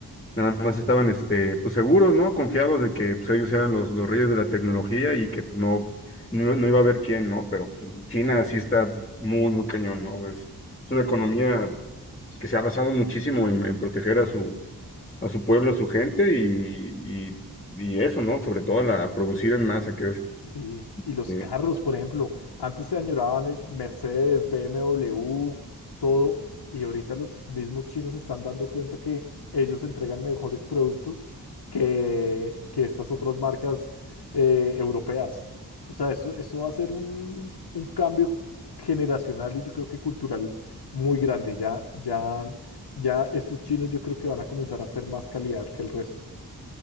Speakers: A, on the left; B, on the left.
A: Nada más estaban, este, pues seguros, ¿no? Confiados de que pues, ellos eran los, los reyes de la tecnología y que pues, no, no, no iba a haber quién, ¿no? Pero pues, China sí está muy, muy cañón, ¿no? Es, es una economía que se ha basado muchísimo en, en proteger a su, a su pueblo, a su gente y, y, y eso, ¿no? Sobre todo a la a producir en masa, que es
B: Sí, y los
A: eh,
B: carros, por ejemplo, antes se añoraban eh, Mercedes, BMW, todo, y ahorita los mismos chinos se están dando cuenta que ellos entregan mejores productos que, que estas otras marcas eh, europeas. O sea, eso, eso va a ser un, un cambio generacional y yo creo que cultural muy grande. Ya, ya, ya estos chinos yo creo que van a comenzar a hacer más calidad que el resto.